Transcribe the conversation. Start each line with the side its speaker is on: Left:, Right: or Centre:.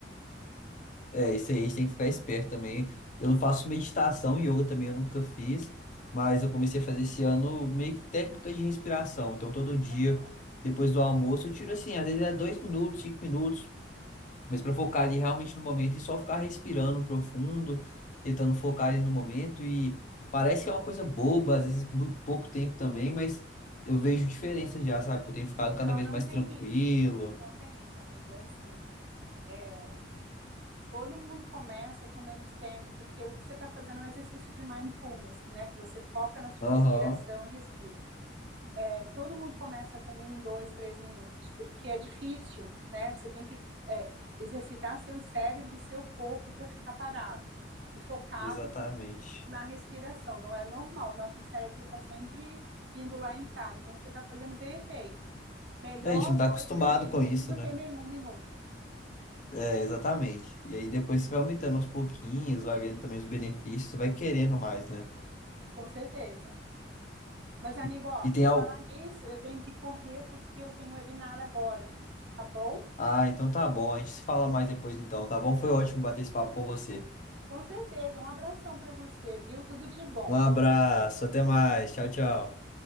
Left: É, isso aí a gente tem que ficar esperto também. Eu não faço meditação, yoga também eu nunca fiz, mas eu comecei a fazer esse ano meio que técnica de respiração. Então, todo dia,
Right: Aham.
Left: depois do almoço, eu tiro assim, às vezes é dois minutos, cinco minutos, mas para focar ali realmente no momento e só ficar respirando profundo, tentando focar ali no momento. E parece que é uma coisa boba, às vezes muito pouco tempo também, mas eu vejo diferença já, sabe? Que eu tenho ficado cada
Right: Não,
Left: vez
Right: não
Left: mais
Right: tem
Left: tranquilo.
Right: isso. Não tem isso, amigo. É assim. é, Todo mundo começa com menos tempo, porque o que você está fazendo é um exercício de mindfulness, né? Que você foca na sua
Left: Aham,
Right: respiração e respira. É, todo mundo começa com um, dois, três minutos, porque é difícil, né? Você tem que é, exercitar seu cérebro e seu corpo para ficar parado e focado
Left: exatamente.
Right: na respiração. Não é normal, o nosso cérebro está sempre indo lá em cá, então você está fazendo perfeito. Melhor
Left: É, A gente não tá
Right: dois,
Left: acostumado
Right: três minutos
Left: com isso,
Right: do
Left: né?
Right: que nenhum minuto,
Left: É, exatamente. E aí depois você vai aumentando aos pouquinhos, vai vendo também os benefícios, você vai querendo mais, né?
Right: com certeza. Mas, amigo,
Left: E,
Right: ó,
Left: e tem
Right: por
Left: algo.
Right: falar nisso, eu tenho que correr porque eu tenho um webinar agora, tá bom?
Left: Ah, então tá bom, a gente se fala mais depois então, tá bom? Foi ótimo bater esse papo com você.
Right: Com certeza. Um abração para você, viu? Tudo de bom.
Left: Um abraço, até mais. Tchau, tchau.